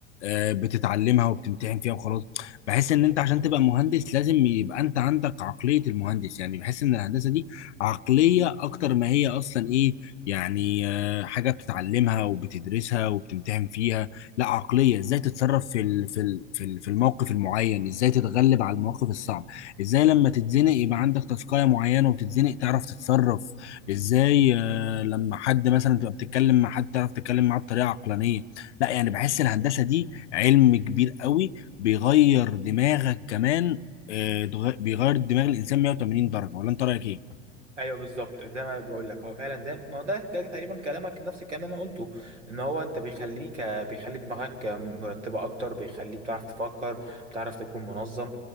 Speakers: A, on the left; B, on the right.
A: آه، بتتعلمها وبتمتحن فيها وخلاص بحس ان انت عشان تبقى مهندس لازم يبقى انت عندك عقليه المهندس يعني بحس ان الهندسه دي عقليه اكتر ما هي اصلا ايه يعني آه، حاجه بتتعلمها وبتدرسها وبتمتحن فيها لا عقليه ازاي تتصرف في ال- في ال- في ال- في الموقف المعين ازاي تتغلب على المواقف الصعبه ازاي لما تتزنق يبقى عندك تاسكاية معينة وتتزنق تعرف تتصرف ازاي آه، لما حد مثلا تبقى بتتكلم مع حد تعرف تتكلم معاه بطريقة عقلانية لا يعني بحس الهندسة دي علم كبير قوي بيغير دماغك كمان آه، دغ- بيغير دماغ الإنسان 180 درجة ولا انت رأيك ايه؟
B: ايوه بالظبط زي ما بقول لك هو فعلا ده ما هو ده ده تقريبا كلامك نفس الكلام اللي انا قلته ان هو انت بيخليك بيخلي دماغك مرتبه اكتر بيخليك بتعرف تفكر بتعرف تكون منظم